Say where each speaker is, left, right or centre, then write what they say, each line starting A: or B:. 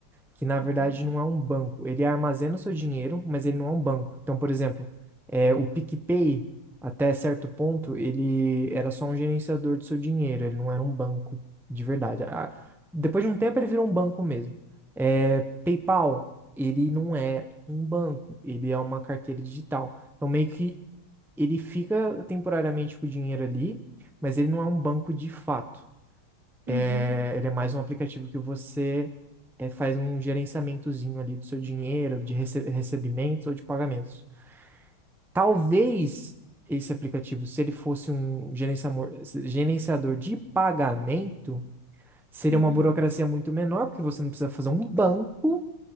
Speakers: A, in the centre; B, on the right (about 55°).
A: que na verdade
B: uhum,
A: não é um banco. Ele armazena o seu dinheiro, mas ele não é um banco. Então, por exemplo, é, o PicPay, até certo ponto, ele era só um gerenciador do seu dinheiro, ele não era um banco de verdade. A- depois de um tempo, ele virou um banco mesmo. É, PayPal, ele não é um banco, ele é uma carteira digital. Então, meio que ele fica temporariamente com o dinheiro ali, mas ele não é um banco de fato.
B: uhum,
A: É, ele é mais um aplicativo que você é, faz um gerenciamentozinho ali do seu dinheiro, de rece- recebimentos ou de pagamentos. Talvez esse aplicativo, se ele fosse um gerenciamor- gerenciador de pagamento, seria
B: uhum.
A: uma burocracia muito menor, porque você não precisa fazer um banco,